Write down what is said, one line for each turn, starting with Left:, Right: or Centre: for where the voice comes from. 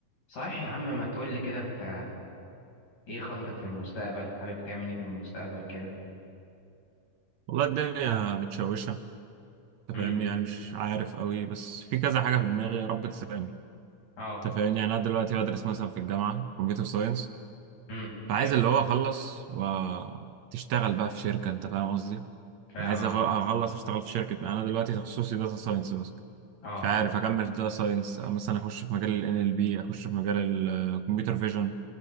Left: صحيح يا عم ما تقول لي كده انت ايه خططك في المستقبل حابب تعمل ايه في المستقبل كده
Right: والله الدنيا متشوشة انت
Left: امم
Right: فاهمني يعني مش عارف قوي بس في كذا حاجة في دماغي يا رب تساعدني
Left: اه
Right: انت فاهمني يعني انا دلوقتي بدرس مثلا في الجامعة كمبيوتر ساينس
Left: امم
Right: فعايز
Left: حلو
Right: اللي هو اخلص وتشتغل بقى في شركة انت فاهم قصدي
Left: فعلا
Right: عايز أغ- اخلص
Left: اه
Right: اشتغل في شركة انا دلوقتي تخصصي داتا ساينس بس
Left: اه
Right: مش عارف اكمل في داتا ساينس مثلا اخش في مجال ال NLP اخش في مجال الكمبيوتر فيجن